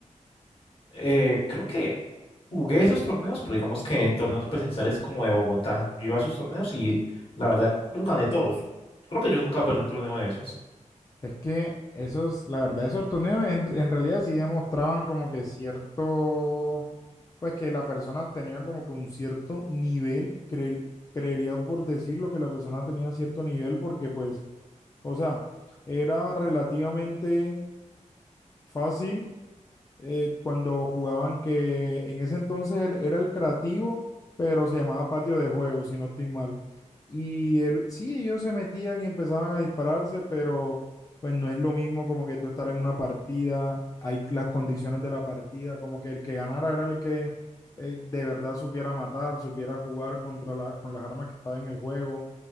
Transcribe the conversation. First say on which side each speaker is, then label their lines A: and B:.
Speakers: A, on the left; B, on the left.
A: Eh, creo que jugué esos torneos, pero digamos que en torneos presenciales como de Bogotá, yo iba a esos torneos y la verdad los gané todos. Creo que yo nunca perdí un torneo de esos.
B: Es que esos, la verdad, esos torneos en, en realidad sí demostraban como que cierto, pues que la persona tenía como que un cierto nivel, creer- creería por decirlo que la persona tenía cierto nivel porque pues, o sea, era relativamente fácil eh, cuando jugaban que en ese entonces él era el creativo, pero se llamaba patio de juego, si no estoy mal. Y él, sí, ellos se metían y empezaban a dispararse, pero pues no es lo mismo como que tú estar en una partida, hay las condiciones de la partida, como que el que ganara era el que eh, de verdad supiera matar, supiera jugar contra la, con las armas que estaban en el juego.